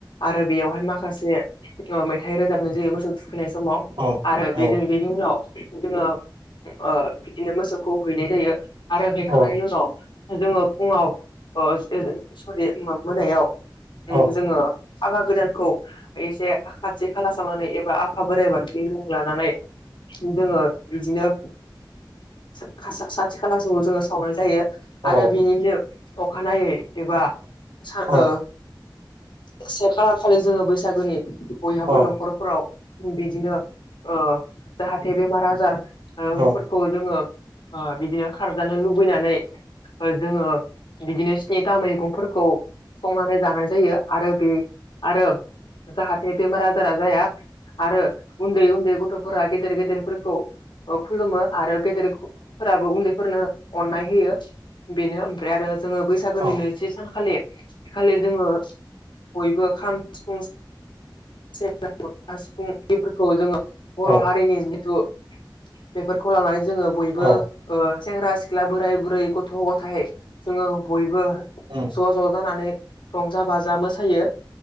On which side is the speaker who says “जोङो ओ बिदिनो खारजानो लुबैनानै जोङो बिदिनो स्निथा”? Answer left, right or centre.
Left